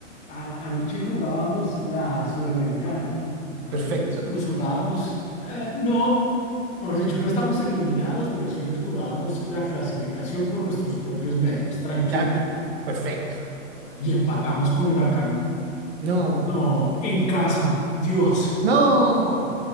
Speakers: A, on the left; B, on the right.
A: a- anoche jugábamos la Suramericana y también
B: perfecto.
A: nos, nos jugábamos, eh, no, mejor dicho, no estamos eliminados, pero sí nos jugábamos la clasificación por nuestros propios medios, tranquilo.
B: Ya, y- perfecto.
A: Y empatamos con Huracán.
B: No,
A: No, en casa, Dios.
B: no.